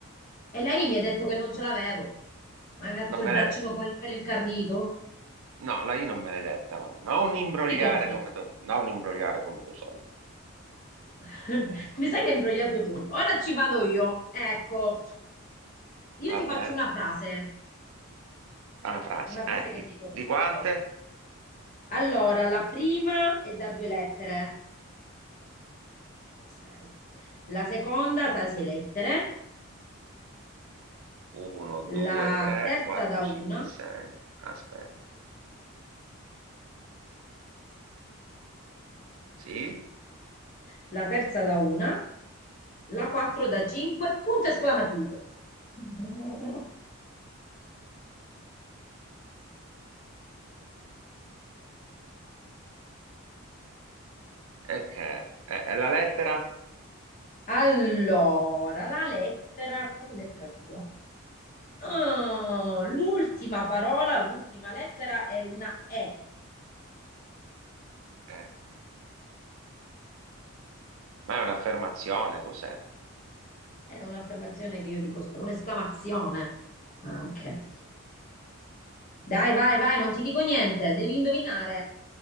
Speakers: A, on the left; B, on the right.
A: E lei mi ha detto che non ce l'avevo. Ma aveva fatto
B: Non
A: il
B: me
A: braccino
B: la...
A: con il pelo incarnito?
B: No, la I non maledetta, ma non imbrogliare
A: Sì che te l'ho
B: come tuo, non imbrogliare come tuo soldi.
A: <laughs>
B: Eh,
A: Mi sa che hai imbrogliato tu. Ora ci vado
B: eh,
A: io. Ecco, io
B: va
A: ti faccio
B: bene,
A: una frase,
B: una frase.
A: una
B: Eh,
A: frase che
B: di,
A: dico
B: di
A: tutto.
B: quante?
A: Allora, la prima è da due lettere, 5, 6. La seconda da sei lettere,
B: 1, 2,
A: la
B: 3,
A: terza
B: 4,
A: da
B: 5,
A: una,
B: 6. Aspetta, sì?
A: la terza da una, la quattro da cinque, punto esclamativo. <laughs>
B: E che? È, Eh, è la lettera?
A: Allora, la lettera, quale lettera ti do? Oh, l'ultima parola, l'ultima lettera è una E.
B: Eh, ma è un'affermazione, cos'è?
A: È un'affermazione che io dico, sp- un'esclamazione anche. Dai, vai, vai, non ti dico niente, devi indovinare.